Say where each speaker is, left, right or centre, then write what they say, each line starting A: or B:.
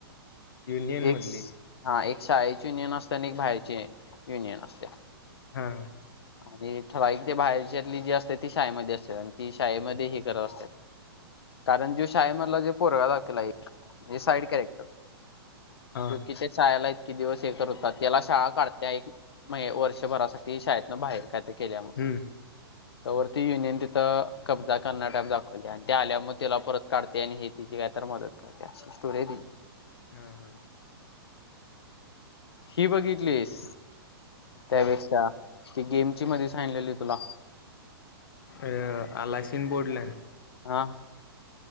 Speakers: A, on the left (about 60°); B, on the left (about 80°).
A: युनियन
B: एक
A: मधली
B: हा एक शाळेचे युनियन असते आणि एक बाहेचे युनियन असते.
A: हा.
B: आणि ठवाई ते बाहेरच्यातली जी असते ती शाळेमध्ये असते आणि ती शाळेमध्ये ह करत असते. कारण जे शाळे मला जे पोर लागेल एक साईड कॅरेक्टर.
A: हा
B: जो कि ते शहायला. िती दिवस हे करतात त्याला शाळा काढत्या एक म्ह वर्षभरासाठी शाळेतन बाहेर काय केल्या
A: हम्म
B: <unintelligible> त्या वती युनियन तिथं कब्जा करण्या टाप दाखवले आणि त्या आल्या मग त्याला परत काढते आणि हे तिची काय तर मदत त्या स्टोर
A: हा हा
B: ही बघितलीस त्यापेक्षा ती गेमची मध्ये सांगलेली तुला
A: अ आलासीन बोर्डल
B: हा